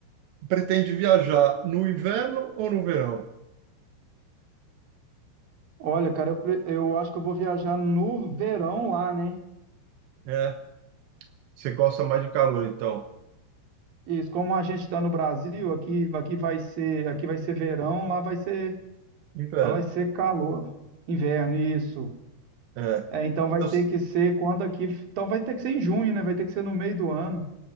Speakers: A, on the right; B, on the right.
A: pretende viajar no inverno ou no verão?
B: Olha, cara, eu, pre- eu acho que eu vou viajar no verão lá, né?
A: É, você gosta mais de calor, então?
B: Isso, como a gente está no Brasil, aqui, aqui vai ser, aqui vai ser verão, lá vai ser,
A: Inverno.
B: lá vai ser calor, inverno, isso.
A: É,
B: É, então vai
A: então,
B: ter que ser quando aqui, então vai ter que ser em junho, né? Vai ter que ser no meio do ano.